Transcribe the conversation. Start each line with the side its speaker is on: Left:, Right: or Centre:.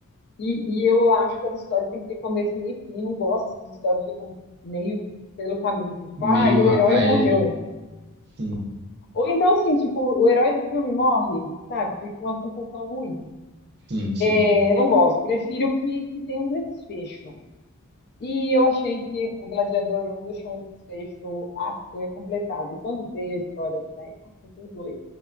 Left: e, e eu acho que as histórias têm que ter começo, meio e fim. Não gosto dessas histórias que ficam meio pelo caminho, assim, tipo, ah,
Right: Meio
Left: e o
Right: a-
Left: herói
Right: aéreo.
Left: morreu.
Right: Sim,
Left: Ou então, assim, tipo, o herói do filme morre, sabe? Fica uma sensação ruim.
Right: sim, sim,
Left: É, Eu não gosto, prefiro que, que tenha um desfecho. E eu achei que o Gladiador 1 deixou um desfecho a ser completado. Quando veio a história, né? Ah, tem dois.